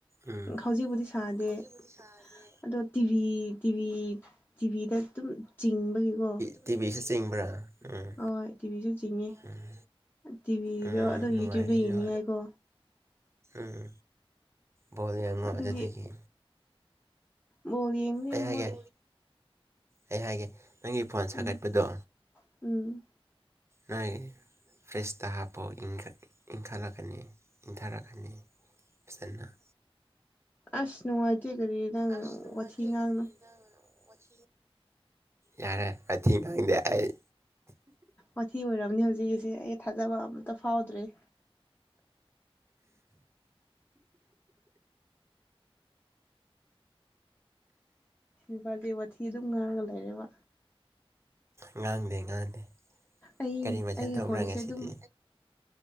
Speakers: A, on the right; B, on the left.
A: ꯎꯝ
B: ꯍꯧꯖꯤꯛꯄꯨꯗꯤ ꯁꯥꯗꯦ
A: ꯍꯧꯖꯤꯛꯄꯨꯗꯤ ꯁꯗꯦ
B: ꯑꯗꯣ ꯇꯤꯚꯤ ꯇꯤꯚꯤ ꯇꯤꯚꯤꯗ ꯑꯗꯨꯝ ꯆꯤꯡꯕꯒꯤꯀꯣ
A: ꯇꯤꯕꯤꯤꯁ ꯆꯤꯡꯕ꯭ꯔꯥ ꯎꯝ
B: ꯍꯣꯏ ꯇꯤꯚꯤꯁꯨ ꯆꯤꯡꯉꯦ
A: ꯎꯝ
B: ꯇꯤꯚꯤꯗꯣ
A: ꯎꯝ
B: ꯑꯗꯨ
A: ꯅꯨꯡꯉꯥꯏꯔꯦꯅ
B: ꯌꯨꯇ꯭ꯌꯕꯇ ꯌꯦꯡꯅꯤꯡꯉꯥꯏꯀꯣ
A: ꯎꯝ ꯕꯣꯜ ꯌꯦꯉꯣ
B: ꯑꯗꯨꯒꯤ
A: ꯑꯗꯨꯗꯒꯤ
B: ꯕꯣꯜ ꯌꯦꯡꯕꯅꯤ
A: ꯑꯩ ꯍꯥꯏꯒꯦ
B: ꯃꯣꯏ
A: ꯑꯩ ꯍꯥꯏꯒꯦ ꯅꯪꯒꯤ ꯐꯣꯟ
B: ꯎꯝ
A: ꯁꯥꯒꯠꯄꯗꯣ
B: ꯎꯝ
A: ꯅꯣꯏ ꯐ꯭ꯔꯤꯁꯇ ꯍꯥꯞꯄꯣ ꯏꯟꯈꯠꯂꯛꯀꯅꯤ ꯏꯟꯊꯔꯛꯀꯅꯤ ꯄꯁꯟꯅ
B: ꯑꯁꯅꯅꯨꯡ ꯑꯖꯦ ꯀꯔꯤ ꯅꯪ
A: ꯑꯁ ꯅꯨꯉꯥꯏꯇꯦ
B: ꯋꯥꯊꯤ ꯉꯥꯡꯅꯨ
A: ꯀꯥꯔꯤꯔ ꯅꯪ ꯌꯥꯔꯦ ꯃꯊꯤ ꯉꯥꯡꯗꯦ ꯑꯩ
B: ꯃꯊꯤ ꯑꯣꯏꯔꯕꯅꯤ ꯍꯧꯖꯤꯛꯀꯤꯁꯦ ꯑꯩ ꯊꯥꯖꯕ ꯑꯝꯇ ꯐꯥꯎꯗ꯭ꯔꯦ ꯏꯕꯥꯅꯤ ꯋꯥꯊꯤ ꯑꯗꯨꯝ ꯉꯥꯡꯉꯥ ꯂꯩꯔꯦꯕ
A: ꯉꯥꯡꯗꯦ ꯉꯥꯡꯗꯦ
B: ꯑꯩ
A: ꯀꯔꯤ ꯃꯊꯜ
B: ꯑꯩꯒꯤ
A: ꯇꯧꯕ꯭ꯔꯥ
B: ꯈꯣꯟꯁꯦ
A: ꯉ
B: ꯑꯗꯨꯝ
A: ꯁꯤꯗꯤ